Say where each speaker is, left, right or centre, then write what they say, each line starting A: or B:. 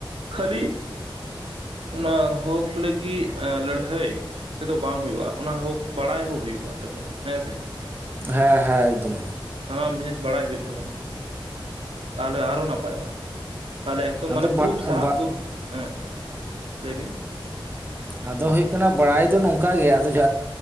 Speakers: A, on the right (about 85°); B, on the right (about 25°).
A: ᱠᱷᱟᱹᱞᱤ ᱚᱱᱟ ᱦᱚᱠ ᱞᱟᱹᱜᱤᱜ ᱞᱟᱹᱲᱦᱟᱹᱭ ᱛᱮᱫᱚ ᱵᱟᱝ ᱦᱩᱭᱩᱜᱼᱟ ᱚᱱᱟ ᱦᱳᱠ ᱵᱟᱲᱟᱭ ᱦᱚᱸ ᱦᱩᱭᱩᱜᱼᱟ ᱛᱟᱵᱚᱱᱟ ᱦᱮᱸ ᱥᱮ
B: ᱦᱮᱸ ᱦᱮᱸ ᱮᱠᱫᱚᱢ
A: ᱥᱟᱱᱟᱢ ᱡᱤᱱᱤᱥ ᱵᱟᱲᱟᱭ ᱦᱩᱭᱩᱜ ᱛᱟᱵᱳᱱᱟ ᱛᱟᱦᱞᱮ ᱟᱨᱚ ᱱᱟᱯᱟᱭᱚᱜᱼᱟ ᱾ ᱛᱟᱦᱚᱞᱮ ᱮᱠᱫᱚᱢ
B: ᱟᱫᱚ
A: ᱢᱟᱱᱮ ᱯᱨᱩᱯᱷ
B: ᱵᱟ
A: ᱥᱟᱦᱟᱜ
B: ᱵᱟ
A: ᱵᱚᱱ ᱦᱮᱸ ᱞᱟᱹᱭ ᱵᱤᱱ ᱾
B: ᱟᱫᱚ ᱦᱩᱭᱩᱜ ᱠᱟᱱᱟ ᱵᱟᱲᱟᱭ ᱫᱚ ᱱᱚᱝᱠ ᱜᱮ ᱟᱫᱚ ᱡ